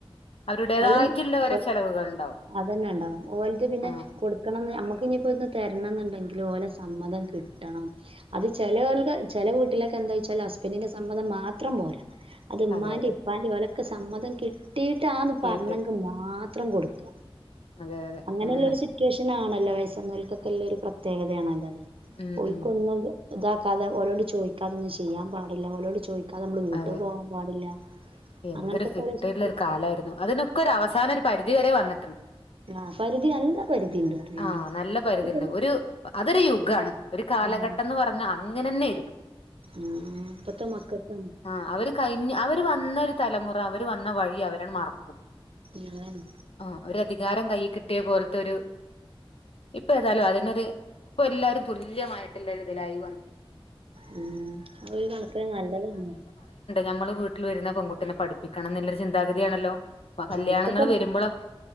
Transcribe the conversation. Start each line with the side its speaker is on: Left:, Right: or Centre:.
Left: അവരുടേതായിട്ടുള്ള
Right: ഓല്
Left: ഒരോ
Right: ഓൽ
Left: ചെലവുകൾ ഉണ്ടാവും
Right: അതന്നെ ഇണ്ടാവും ഓൽത് പിന്നെ
Left: ആഹ്
Right: കൊടു കണംന്ന് അമ്മക്ക് ഇനിപ്പോ ഇന്ന് തര്ണംന്നുണ്ടെങ്കിലു ഓലെ സമ്മതം കിട്ടണം അത് ചെല ഓൽക ചില വീട്ടിലൊക്കെ എന്താ വെച്ചാൽ ഹസ്ബൻഡിന്റെ സമ്മതം മാത്രം പോരാ അത് ഉമ്മാന്റെ
Left: അതെ അതെ
Right: ഇപ്പാന്റെ ഓലക്കെമ്മതം കിട്ടിയിട്ടാന്ന്
Left: തീട്ട്
Right: പറഞ്ഞെങ്കി മാത്രം കൊട്ക്ക
Left: അതെ അതെ
Right: അങ്ങനെയുള്ള
Left: അങ്ങനെന്നെ
Right: ഒരു സിറ്റ് സിറ്റുവേഷൻ ആണല്ലോ വയസ്സന്നൽക്കൊക്കെള്ളൊരു പ്രത്യേകതയാണല്ലോ അത്
Left: ഉം
Right: ഓൽക്കൊന്നും
Left: ഉം
Right: ഇത് ഇതാക്കാതെ ഓലോടി ചോദിക്കാതൊന്നും ചെയ്യാൻ പാടില്ല ഓലോട് ചോയിക്കാതെ നമ്മള് വീട്ടിൽ
Left: അതെ
Right: പോകാൻ പാടില്ല
Left: എന്തൊരു
Right: അങ്ങനത്തൊക്കെ
Left: ഫിറ്റുള്ള
Right: ഓരോ സിറ്റുവേഷൻ
Left: ഒരു കാലായിരുന്നു അതിനൊക്കെ ഒരു അവസാന ഒരു പരിധി വരെ വന്നിട്ടുണ്ട്
Right: ആഹ് പരിധി നല്ല പരിധിണ്ട്ന്നറിയ
Left: ആഹ്
Right: ഞാന്.
Left: നല്ല പരിധിണ്ട്
Right: ഇപ്പം
Left: ഒരു അതൊരു യുഗാണ് ഒരു കാലഘട്ടംന്ന്
Right: ആ
Left: പറഞ്ഞ അങ്ങനെന്നെ ആയിരുന്നു
Right: ഉം ഇപ്പത്തെ മക്കക്കൊന്നും
Left: ആഹ് അവര് കഴിഞ്ഞ അവര് വന്ന ഒരു തലമുറ അവര് വന്ന വഴി അവരങ്ങ് മറക്കും
Right: അതന്നെ
Left: ആഹ് ഒരു അധികാരം കൈയിൽ കിട്ടിയ പോൽത്തെ ഒരു ഇപ്പൊ ഏതായാലും അതിനൊരു ഇപ്പൊ എല്ലാവരു തുല്യമായിട്ടുള്ള ഇതിലായി വന്നിട്ടുണ്ട്
Right: ഉം ഒരു കണക്കിന് നല്ലത് തന്ന
Left: നമ്മള് വീട്ടിൽ വരുന്ന പെൺകുട്ടിനെ പഠിപ്പിക്കണംന്ന് ള്ളൊരു ചിന്താഗതിയാണല്ലോ കല്യാണങ്ങള്
Right: ആ ഇപ്പത്തെ
Left: വരുമ്പളൊക്